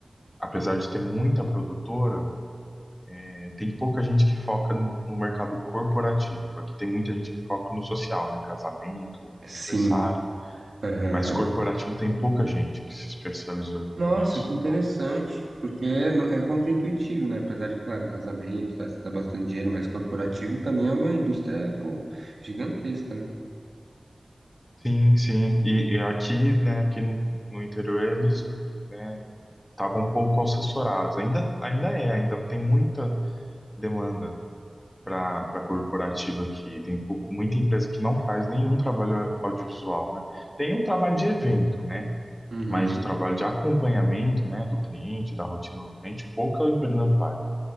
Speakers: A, on the left; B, on the right.
A: apesar de ter muita produtora, eh, tem pouca gente que foca no mercado corporativo. Aqui tem muita gente que foca no social, né? Casamento,
B: Sim.
A: aniversário.
B: Aham.
A: Mas corporativo tem pouca gente que se especializou
B: Nossa,
A: nisso.
B: que interessante.
A: Então,
B: Porque é, no- é contraintuitivo, né? Apesar de, claro, casamento, festa dá bastante dinheiro, mas corporativo também é uma indústria, pô, gigantesca, né?
A: sim, sim. E, e aqui, né? Aqui no interior eles, né? Estavam um pouco assessorados. Ainda, ainda é, ainda tem muita demanda para a corporativa que tem pou- muita empresa que não faz nenhum trabalho audiovisual, né? Tem um trabalho de evento, né?
B: Uhum,
A: Mas o trabalho de acompanhamento, né, do cliente, da rotina do cliente, pouca empresa faz.